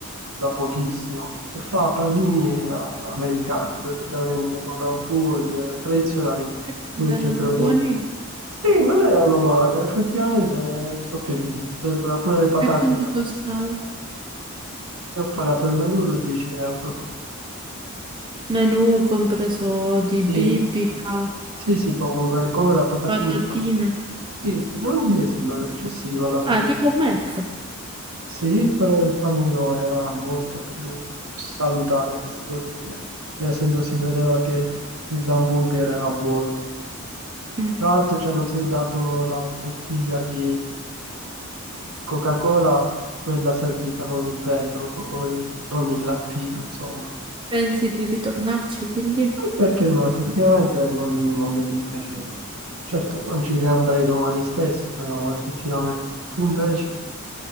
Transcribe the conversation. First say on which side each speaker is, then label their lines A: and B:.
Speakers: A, on the right (about 70°); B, on the right (about 20°).
A: da pochissimo, e fa panini a- americani praticamente con hamburger tradizionali
B: E come
A: pure i
B: erano
A: cetriolini.
B: buoni?
A: Sì, non erano male, effettivamente mi sono piaciuti. Sembra pure le patate,
B: E quanto
A: no?
B: costava?
A: Io ho pagato il menù 12 euro.
B: Menù compreso di bibita,
A: Sì, sì, sì, con Coca-Cola, patatine
B: patatine.
A: e pane. Sì, sì, non mi è sembrata eccessiva alla fine.
B: Ah, tipo Mac.
A: Sì, però il panino era molto più salutare, se si può dire. Cioè, nel senso si vedeva che l'hamburger era buono.
B: Mm.
A: Tra l'altro ci hanno se- dato la bottiglia di Coca-Cola, quella servita con il vetro, con- non in lattina, insomma.
B: Pensi di ritornarci quindi?
A: Perché no, effettivamente non, non mi è dispiaciuto. Certo, non ci riandrei domani stesso, però effettivamente. Tu invece